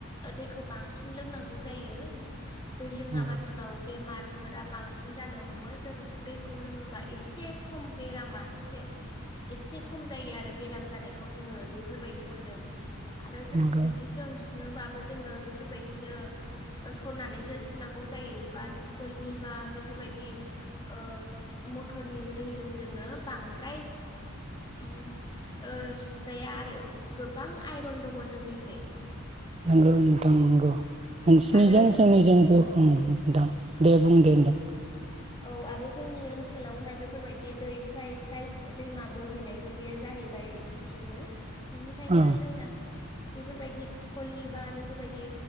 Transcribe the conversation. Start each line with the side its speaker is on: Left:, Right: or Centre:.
Left: दैखौ बांसिन लोंनांगौ जायो। दै लोङाबा
Right: नंगौ
Left: जोंनाव बेमार फोरा बांसिन जानो हमो जों दैखौ लोङोबा एसे खम बेरामा एसे एसे खम जायो आरो बेराम जानायखौ जों बेफोरबायदि मोननो आरो जों
Right: नंगौ
Left: जि-जोम सु नो बाबो जोङो बेफोरबायदिनो सरनानैसो सुनांगौ जायो बात इशकुलनि बा आ बेफोरबायदि ओ मथरनि दैजों जोङो बांद्राय उम ओ सुजाया आरो गोबां आइरन दङ जोंनिखैय
Right: नंगौ नोंथां नंगौ नोंसिनिजों
Left: आरो जों
Right: जोंनिजों गर ओम नोंथां दे बुं दे नोंथां।
Left: औ आरो जोंनि ओनसोलावहाय बेफोरबायदि दै स्राय स्राय दैमा बोहैनायबो गैया जाहै हैबाय जि सुनो बिनिखायनो
Right: औ
Left: जोंना बेफोरबायदि थिखलनि बा बेफोरबायदि